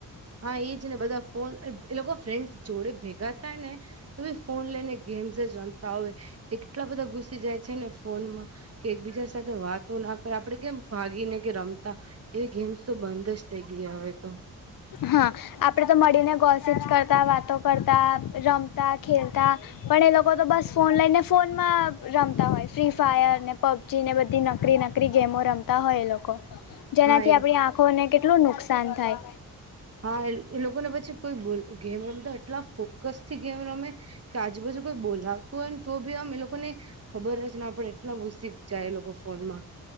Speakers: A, on the right; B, on the left.
A: હા, એ જ ને બધા ફોન અહ એ લોકો ફ્રેન્ડ જોડે ભેગા થાય ને એબી ફોન લઈને ગેમ્સ જ રમ તો આવે એટલા બધા ઘુસી જાય છે ને ફોનમાં કે એકબીજા સાથે વાતો ના કર આપડે કેમ ભાગીને કે રમતા એ ગેમ્સ તો બંધ જ થઈ ગયા હવે તો.
B: હા, આપડે તો મળીને ગો શિપસ કરતા વાતો કરતા રમતા ખેલતા પણ એ લોકો તો બસ ફોન લઈને ફોનમાં રમતા હોય ફ્રી ફાયર ને પબજીને બધી નકરી નકરી ગેમો રમતા હોય એ લોક કો જેનાથી
A: હા એ
B: આપડી આંખોને કેટલું નુકસાન થાય.
A: હા, એ એ લોકોને પછી કોઈ બોલ ગેમ રમતો એટલા ફોકસ થી ગેમ રમે કે આજુબાજુ કોઈ બોલાવતું હોય ને તો ભી આમ એ લોકોને ખબર જ ને આપે એટલા ગુસ્સી જાય એ લોકો ફોનમાં.